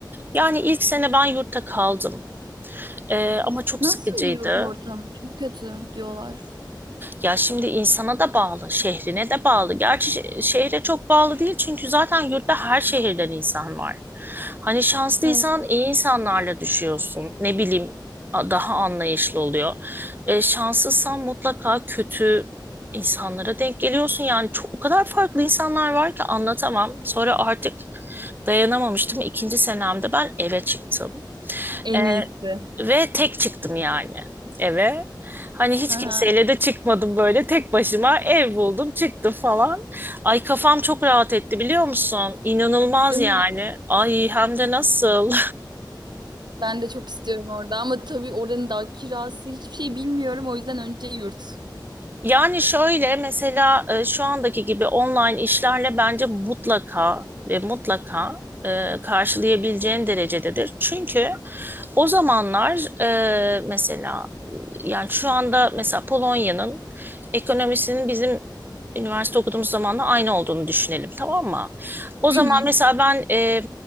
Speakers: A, on the right; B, on the right.
A: Yani ilk sene ben yurtta kaldım. E, ama çok
B: Nasıl
A: sıkıcıydı.
B: yurt ortamı? Çok kötü diyorlar.
A: Ya şimdi insana da bağlı, şehrine de bağlı. Gerçi şe- şehre çok bağlı değil çünkü zaten yurtta her şehirden insan var. Hani şanslıysan
B: Evet.
A: iyi insanlarla düşüyorsun. Ne bileyim a- daha anlayışlı oluyor. E, şanssızsan mutlaka kötü insanlara denk geliyorsun. Yani çok, o kadar farklı insanlar var ki anlatamam. Sonra artık dayanamamıştım. İkinci senemde ben eve çıktım.
B: En
A: E,
B: iyisi.
A: ve tek çıktım yani eve. Hani hiç
B: Hı hı.
A: kimseyle de çıkmadım böyle tek başıma ev buldum çıktım falan. Ay kafam çok rahat etti biliyor musun? İnanılmaz
B: Değil
A: yani.
B: mi?
A: Ay hem de nasıl?
B: Ben de çok istiyorum orada ama tabii oranın da kirası hiçbir şey bilmiyorum o yüzden önce yurt.
A: Yani şöyle mesela e, şu andaki gibi online işlerle bence mutlaka ve mutlaka e, karşılayabileceğin derecededir. Çünkü o zamanlar e, mesela e, yani şu anda mesela Polonya'nın ekonomisinin bizim üniversite okuduğumuz zamanla aynı olduğunu düşünelim tamam mı? O zaman
B: Hı hı.
A: mesela ben e,